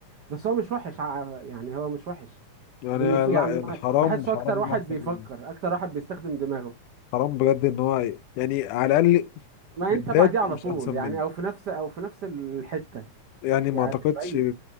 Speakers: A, on the right (about 65°); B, on the left (about 85°).
A: بس هو مش وحش ع- يعني هو مش وحش
B: يعني
A: بيف يعني
B: لا يعني حرام
A: بحسه
B: حرام
A: اكتر واحد
B: انه احسن
A: بيفكر
B: مني
A: اكتر واحد بيستخدم دماغه
B: حرام بجد ان هو يعني على الاقل
A: ما
B: بجد
A: انت بعديه على
B: مش
A: طول
B: احسن
A: يعني
B: مني
A: او في نفس او في نفس الحتة
B: يعني
A: يعني
B: ما اعتقدش
A: مش بعيد